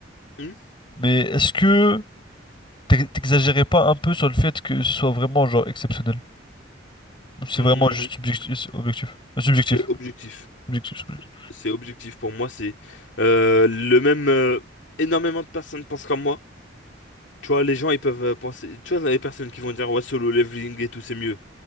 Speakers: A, on the left; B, on the left.
A: hum,
B: mais est-ce que t'ex- t'exagérais pas un peu sur le fait que ce soit vraiment, genre, exceptionnel? Ou C'est
A: hum,
B: vraiment juste subjectif, objectif. Subjectif.
A: c'est objectif.
B: Objectif, subjectif.
A: c'est objectif pour moi, c'est euh, le même. euh, énormément de personnes pensent comme moi. Tu vois, les gens ils peuvent euh, penser. Tu vois, les personnes qui vont dire ouais, solo leveling et tout, c'est mieux.